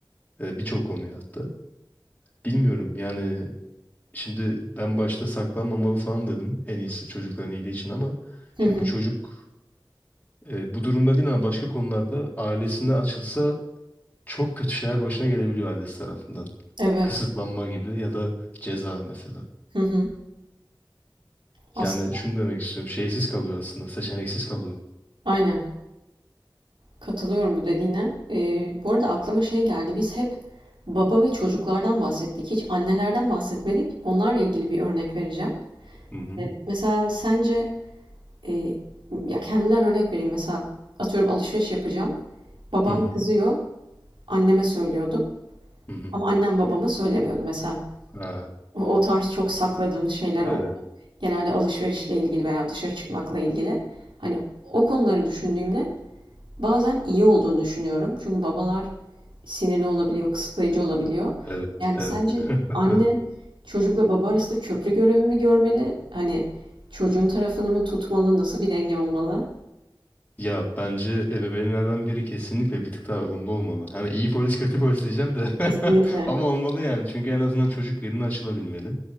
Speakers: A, on the left (about 20°); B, on the right (about 80°).
A: E, birçok konuyu hatta. Bilmiyorum yani şimdi ben başta saklanmamalı falan dedim. En iyisi çocukların iyiliği için ama
B: Hı
A: şimdi
B: hı.
A: bu çocuk e, bu durumda değil ama başka konularda ailesine açılsa çok kötü şeyler başına gelebiliyor ailesi tarafından.
B: Evet.
A: Kısıtlanma gibi ya da ceza mesela.
B: Hı hı. Aslında
A: Yani şunu demek istiyorum. Şeysiz kalıyor aslında. Seçeneksiz kalıyor.
B: aynen. Katılıyorum bu dediğine. Ee, bu arada aklıma şey geldi. Biz hep baba ve çocuklardan bahsettik. Hiç annelerden bahsetmedik. Onlarla ilgili bir örnek vereceğim.
A: Hı hı.
B: Ee, mesela sence Eee, ya, kendimden örnek vereyim. Mesela atıyorum alışveriş yapacağım. Babam
A: Hı hı.
B: kızıyor, anneme söylüyordum
A: Hı hı.
B: ama annem babama söylemiyordu mesela.
A: Ha,
B: O, o tarz çok sakladığımız şeyler
A: evet.
B: oldu. Genelde alışverişle ilgili veya dışarı çıkmakla ilgili. Hani o konuları düşündüğümde bazen iyi olduğunu düşünüyorum. Çünkü babalar sinirli olabiliyor, kısıtlayıcı olabiliyor.
A: Evet.
B: Yani
A: Evet.
B: sence
A: <laughs>
B: anne çocukla baba arasında köprü görevi mi görmeli? Hani çocuğun tarafını mı tutmalı? Nasıl bir denge olmalı?
A: Ya bence ebeveynlerden biri kesinlikle bir tık daha ılımlı olmalı. Hani iyi polis kötü polis diyeceğim de <laughs>
B: Kesinlikle.
A: ama olmalı yani. Çünkü en azından çocuk birine açılabilmeli.